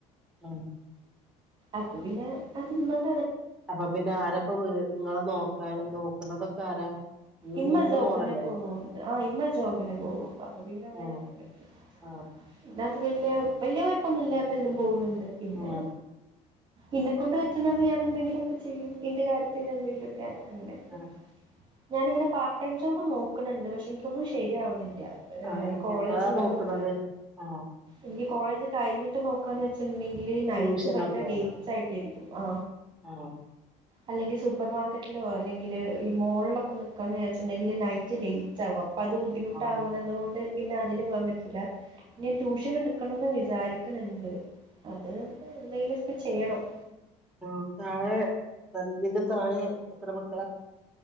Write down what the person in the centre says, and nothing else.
ആ
അപ്പൊ പിന്നെ ആരപ്പോ നിങ്ങളെ നോക്കാ നോക്കുന്നതൊക്കെ ആരാ ഇയ്യ്
മൂത്ത
മോളല്ലേ
ആ
ആ
ആ
ആ
ആ, എങ്ങനത്താ
നോക്കണത്
ആ
ട്യൂഷനൊക്കെ
ആഹ്
ആഹ്
ആ താഴെ നന്ദിനിന്റെ താഴെ എത്ര മക്കളാ